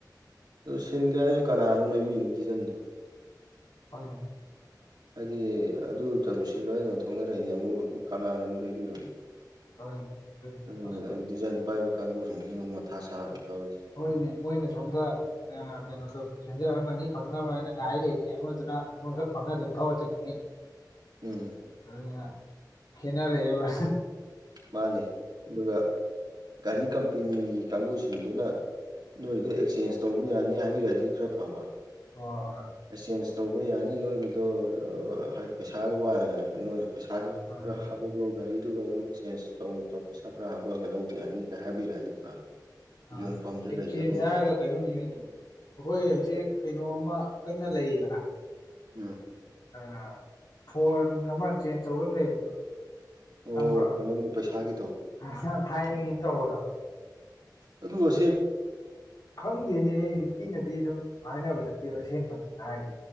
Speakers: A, on the right (about 70°); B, on the left (about 65°).
A: ꯑꯗꯨ ꯁꯤꯟꯒꯦ ꯍꯥꯏꯔꯁꯨ ꯀꯅꯥꯅꯥ ꯑꯃꯨꯛ ꯂꯩꯕꯤꯅꯤ ꯗꯤꯖꯟꯗꯣ
B: ꯃꯥꯅꯦ
A: ꯍꯥꯏꯗꯤ ꯑꯗꯨ ꯇꯕꯨ ꯁꯤꯜꯂꯣꯅ ꯌꯣꯟꯊꯣꯛꯅꯔꯛꯏꯅꯦ ꯑꯃꯨꯛ ꯀꯅꯥꯅ ꯑꯃꯨꯛ ꯂꯩꯕꯤꯔꯣꯢ
B: ꯍꯣꯏꯅꯦ ꯑꯗꯨꯅꯤ
A: ꯑꯗꯨꯅ
B: ꯑꯁ
A: ꯗꯤꯖꯥꯏꯟ ꯄꯥꯏꯕ ꯀꯥꯡꯒꯨꯁꯤꯡꯁꯤ ꯑꯗꯨꯝ ꯃꯊꯥ ꯁꯥꯕ ꯇꯧꯔꯤꯁꯦ
B: ꯍꯣꯏꯅꯦ ꯃꯣꯏꯅ ꯁꯣꯝꯗ ꯀꯩꯅꯣꯗꯣ ꯁꯦꯟꯖꯔ ꯑꯃꯅꯤ ꯐꯪꯅꯕ ꯍꯥꯏꯅ ꯉꯥꯏꯔ ꯂꯩꯅꯤ ꯑꯃꯗꯨꯅ ꯑꯃꯈꯛ ꯐꯪꯉꯒ ꯑꯗꯨꯝ ꯊ ꯊꯧꯒꯠꯂ ꯆꯠꯈꯤꯅꯤ
A: ꯎꯝ
B: ꯑꯗꯨꯅ ꯈꯦꯟꯅꯔꯛꯑꯦꯕ
A: ꯃꯥꯅꯦ ꯑꯗꯨꯒ ꯒꯥꯔꯤ ꯀꯝꯄꯦꯅꯤꯒꯤ ꯀꯥꯡꯕꯨꯁꯤꯡꯗꯨꯅ ꯅꯣꯏꯗꯣ ꯑꯦꯛꯆꯦꯟꯁ ꯇꯧꯕ ꯌꯥꯅꯤ ꯍꯥꯏꯕꯤꯔꯛꯑꯗꯤ ꯈꯔ ꯐꯕ
B: <unintelligible>
A: ꯑꯦ ꯆꯦꯟꯖ ꯇꯧꯕ ꯌꯥꯅꯤ ꯅꯣꯏꯒꯤꯗꯣ ꯍꯥꯏ ꯄꯩꯁꯥꯒ ꯋꯥꯔꯒꯅ ꯅꯣꯏꯅ ꯄꯩꯁꯥꯗꯨ
B: ꯎꯝ
A: ꯈꯔ ꯍꯥꯞꯕꯛꯂꯣ ꯒꯥꯔꯤꯗꯨꯒ ꯑꯗꯨꯝ <unintelligible> ꯇꯧ ꯇꯧ ꯄꯩꯁꯥ ꯈꯔ ꯍꯥꯞꯄꯑꯒ ꯂꯧ ꯌꯥꯅꯤꯒ ꯍꯥꯏꯕꯤꯔꯛꯑꯗꯤ <unintelligible>
B: ꯑꯥ
A: ꯌꯣꯟꯐꯝꯁꯨ
B: ꯑꯦꯛꯆꯦꯟꯁ
A: ꯂꯩꯗꯒꯨꯝ
B: ꯍꯥꯏꯔꯒ
A: ꯇꯧ
B: ꯀꯩꯅꯣꯝ ꯅꯤꯡꯖꯤꯡꯉꯦ ꯑꯩꯈꯣꯏ ꯍꯧꯖꯤꯛ ꯀꯩꯅꯣ ꯑꯃ ꯀꯟꯅ ꯂꯩꯔꯤꯗꯅ
A: ꯎꯝ
B: ꯑꯥ ꯐꯣꯟ ꯑꯃ <unintelligible> ꯑꯃ ꯂꯩꯕꯗꯣ
A: ꯑꯣ
B: ꯈꯪꯕ꯭ꯔꯣ
A: ꯀꯩꯅꯣꯒꯤꯗꯣ ꯄꯩꯁꯥꯒꯤꯗꯣ
B: <unintelligible> ꯊꯥꯏꯅꯒꯤ ꯑꯝ ꯇꯧꯕꯗꯣ
A: ꯑꯗꯨ <unintelligible>
B: ꯈꯪꯗꯦꯅꯦ ꯑꯩ ꯃꯤꯅꯗꯤ ꯑꯗꯨꯝ ꯍꯥꯏꯅꯕꯗꯗꯤ ꯑꯁꯦꯡꯕꯅꯤ ꯍꯥꯏꯔꯤ